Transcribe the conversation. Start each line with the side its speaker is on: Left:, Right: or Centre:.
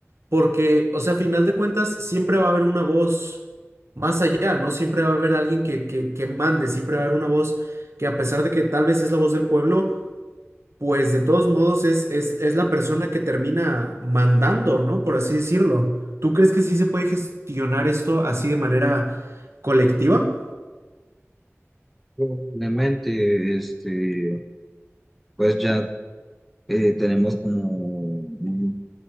Right: Porque, o sea, a final de cuentas, siempre va a haber una voz más allá, ¿no? Siempre va a haber alguien que, que, que mande, siempre va a haber una voz que a pesar de que tal vez es la voz del pueblo, pues de todos modos es, es, es la persona que termina mandando, ¿no? Por así decirlo. ¿Tú crees que sí se puede gestionar esto así de manera colectiva?
Centre: Probablemente, este, pues ya eh, tenemos como un